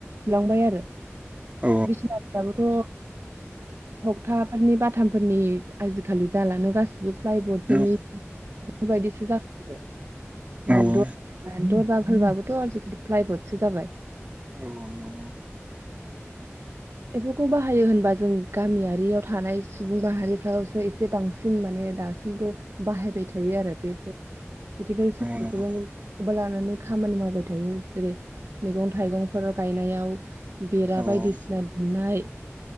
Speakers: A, on the right (about 60°); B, on the right (about 30°).
A: लांबाय आरो
B: औ
A: बिसिनाफ्राबोथ' थगथाफोरनि बा थामफोरनि आजि खालि जालानो गासिनो <unintelligible>
B: नंगौ
A: फोरबाबोथ' आजिखालि
B: नंगौ
A: फ्लायबतसो जाबाय
B: <unintelligible>
A: बेफोरखौ बाहायो होनबा जों गामियारियाव थानाय सुबुं माहारिफ्रावसो एसे बांसिन माने दासिमबो बाहायबाय थायो आरो बेफोर बिथिगायारि
B: औ
A: सम्पदफोर
B: नंगौ
A: <unintelligible> लानानै खामानि मावबाय थायो । जेरै मैगं-थाइगं फोराव गायनायाव बेरा
B: नंगौ
A: बायदिसिना बेरा दुमनाय